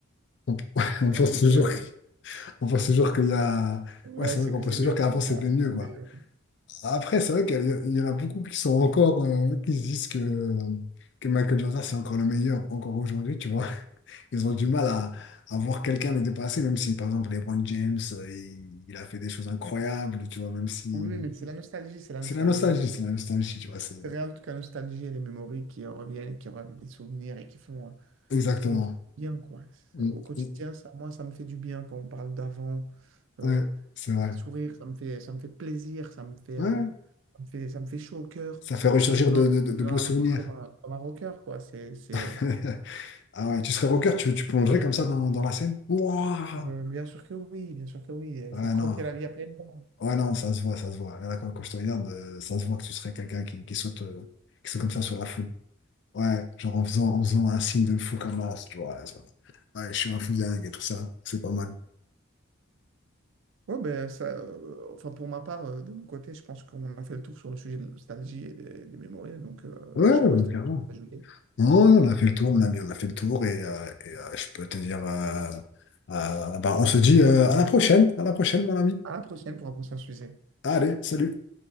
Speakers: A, on the left; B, on the right.
A: On, <laughs> on pense
B: c'est assez.
A: toujours,
B: euh,
A: que- on pense toujours qu'il y a,
B: ouais,
A: ouais, c'est
B: c'est
A: vrai qu'on
B: que
A: pense
B: c'est
A: toujours
B: mieux,
A: qu'avant
B: quoi. On
A: c'était
B: a-
A: mieux,
B: on
A: quoi.
B: a des- euh,
A: Après, c'est vrai qu'il y en a beaucoup qui sont encore, euh, qui se disent que, que Michael Jordan, c'est encore le meilleur, encore aujourd'hui, tu vois. <laughs> Ils ont du mal à, à voir quelqu'un le dépasser, même si, par exemple, LeBron James, euh, il, il a fait des choses incroyables, tu vois, même si...
B: Oui, oui, mais c'est la nostalgie, c'est la
A: C'est
B: nostalgie.
A: la nostalgie, c'est la nostalgie, tu vois, c'est...
B: C'est rien d'autre que la nostalgie et les mémories qui reviennent, qui reviennent des souvenirs et qui font, euh,
A: Exactement.
B: qui nous font du bien, quoi. Ça,
A: Mm,
B: Au quotidien,
A: mm,
B: ça, moi, ça me fait du bien quand on parle d'avant. Euh,
A: Ouais, c'est vrai.
B: sourire, ça me fait, ça me fait plaisir, ça me fait,
A: Ouais,
B: euh, ça me fait, ça me fait chaud au cœur.
A: ça fait ressurgir
B: Ça me donne
A: de,
B: envie
A: de- de- de
B: de
A: beaux
B: la
A: souvenirs.
B: foule comme un, comme un rocker, quoi. C'est, c'est,
A: <laughs>
B: euh,
A: Ah ouais, tu serais rocker, tu, tu plongerais comme ça dans, dans la scène? Ouah
B: euh, bien sûr que oui, bien sûr que oui. Il
A: Ouais,
B: faut croquer
A: non.
B: la vie à pleines dents.
A: Ouais, non, ça se voit, ça se voit. Là, quand, quand je te regarde, euh, ça se voit que tu serais quelqu'un qui, qui saute, euh, qui saute comme ça sur la foule. Ouais, genre en faisant, en faisant un signe de fou comme ça, tu vois. genre, Ouais, je suis un fou dingue et tout ça. C'est pas mal.
B: Ouais, ben ça, euh, enfin pour ma part, euh, de mon côté, je pense qu'on a fait le tour sur le sujet de la nostalgie et des, des mémories. Donc, euh,
A: Ouais,
B: je
A: ouais,
B: sais pas si tu
A: clairement.
B: as quelque chose à ajouter.
A: Non, on a fait le tour, mon ami, on a fait le tour et, euh, et, euh, je peux te dire, euh, euh, bah, on se dit euh, à la prochaine, à la prochaine, mon ami.
B: À la prochaine pour un prochain sujet.
A: Allez, salut.